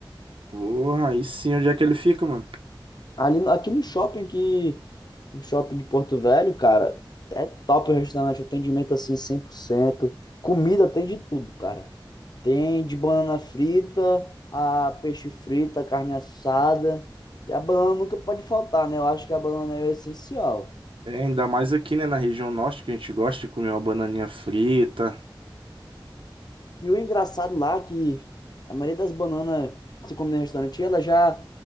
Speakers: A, on the right; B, on the left.
A: Porra, aí sim, onde é que ele fica, mano?
B: Ali, no- aqui no shopping, aqui, no shopping de Porto Velho, cara, é top o restaurante, atendimento assim cem por cento comida tem de tudo, cara. Tem de banana frita, a peixe frito, a carne assada. E a banana nunca pode faltar, né? Eu acho que a banana é o essencial.
A: É, ainda mais aqui, né, na região norte, que a gente gosta de comer uma bananinha frita.
B: E o engraçado lá é que a maioria das bananas que se come no restaurante, ela já,